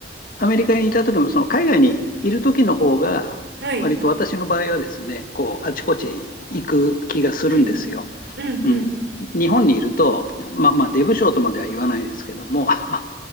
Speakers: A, on the left; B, on the right.
A: アメリカにいた時も、その海外にいる時の方が、
B: はい
A: 割と私の場合はですね、こうあちこち行く気がするんですよ。
B: うんうんうん
A: うん、日本にいると、まあ、まあ出不精とまでは言わないですけども <laughs> あ